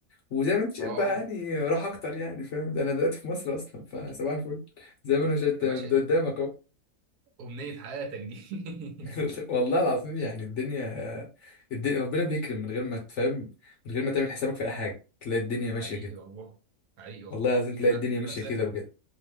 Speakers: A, on the left (about 60°); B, on the right (about 75°).
A: وزي ما انت شايف
B: اه
A: بقى يعني راح اكتر يعني فاهم ده انا دلوقتي في مصر اصلا فصباح الفل زي ما انا شايف
B: يا
A: ده
B: باشا
A: قدامك
B: أمنية حياتك دي
A: <laughs>
B: <laughs>
A: والله العظيم يعني الدنيا الدنيا ربنا بيكرم من غير ما تفهم من غير ما تعمل حسابك في اي حاجه تلاقي الدنيا
B: حقيقي
A: ماشيه كده
B: والله حقيقي والله
A: والله العظيم تلاقي
B: يعني
A: الدنيا
B: أنا كنت
A: ماشيه
B: مسافر
A: كده بجد